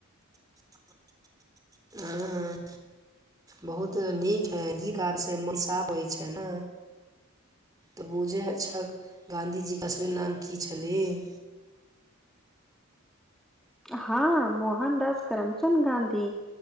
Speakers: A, on the right; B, in the centre.
A: <inaudible> हुँ हुँ बहुत नीक हइ गी आाबैसँ मोन साफ होइ छै ने तऽ बूझै छक गाँधीजीके असली नाम की छलै <inaudible>
B: हँ मोहनदास करमचद गाँधी